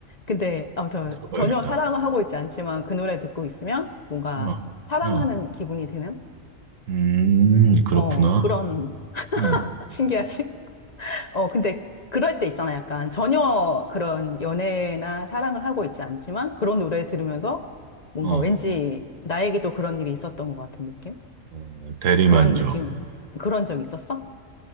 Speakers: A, on the left; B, on the right.
A: 근데, 아무튼,
B: 들어봐야겠다.
A: 전혀 사랑을 하고 있지 않지만, 그 노래 듣고 있으면, 뭔가,
B: 어,
A: 사랑하는
B: 어.
A: 기분이 드는?
B: 음, 그렇구나.
A: 어, 그런, <laughs>
B: 음,
A: 신기하지? 어, 근데 그럴 때 있잖아. 약간 전혀 그런 연애나 사랑을 하고 있지 않지만 그런 노래 들으면서 뭔가
B: 어,
A: 왠지 나에게도 그런 일이 있었던 것 같은 느낌?
B: 어, 대리만족.
A: 그런 느낌, 그런 적 있었어?